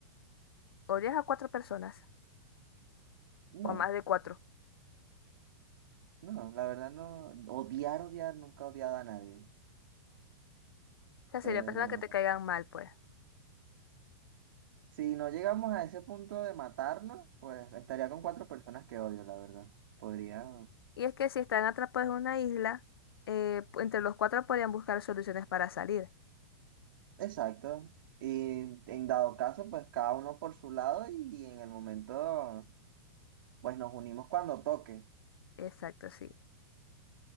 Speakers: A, on the left (about 80°); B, on the right (about 65°).
A: odias a cuatro personas
B: no,
A: o a más de cuatro.
B: no, la verdad no. Odiar, odiar, nunca he odiado a nadie.
A: O sea,
B: pero
A: serían personas que te caigan mal, pues.
B: Si no llegamos a ese punto de matarnos, pues estaría con cuatro personas que odio, la verdad. Podría.
A: Y es que si están atrapados en una isla, eh, pu- entre los cuatro podrían buscar soluciones para salir.
B: Exacto. Y en dado caso, pues cada uno por su lado y en el momento, pues nos unimos cuando toque.
A: Exacto, sí.